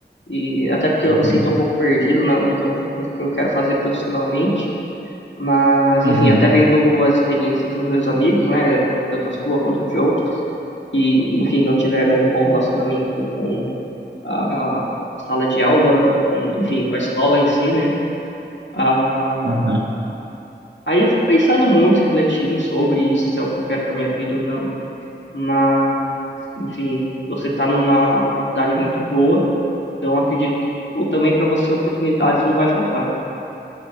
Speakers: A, on the left; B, on the right.
A: e até porque
B: Aham,
A: eu me sinto um pouco perdido na, do que eu, do que eu quero fazer profissionalmente, mas
B: uhum,
A: enfim, até vendo as experiências dos meus amigos, né, tanto a sua quanto de outros, que enfim, não tiveram um bom relacionamento com a, a sala de aula, com, enfim, com a escola em si, né? Ah,
B: aham.
A: Aí eu fico pensando muito, refletindo sobre isso, se é o que eu quero para minha vida ou não. Mas, enfim, você tá numa faculdade muito boa, então acredito que, tipo, também para você oportunidades não vai faltar.